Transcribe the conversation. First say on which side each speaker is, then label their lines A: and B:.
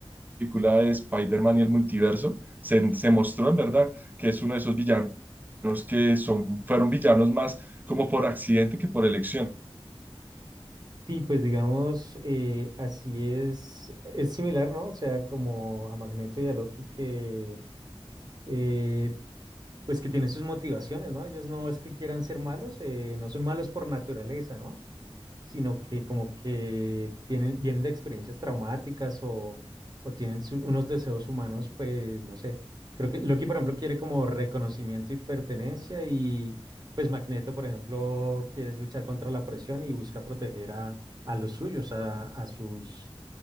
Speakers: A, on the right; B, on the right.
A: película de Spider-Man y el multiverso se, se mostró en verdad que es uno de esos villanos que son, fueron villanos más como por accidente que por elección.
B: Sí, pues digamos, eh, así es, es similar, ¿no? O sea, como a Magneto y a Loki que... eh, pues que tiene sus motivaciones, ¿no? Ellos no es que quieran ser malos, eh, no son malos por naturaleza, ¿no? Sino que como que tienen, vienen de experiencias traumáticas o, o tienen su- unos deseos humanos, pues no sé. Creo que Loki, por ejemplo, quiere como reconocimiento y pertenencia y pues Magneto, por ejemplo, quiere luchar contra la presión y busca proteger a, a los suyos, a, a sus,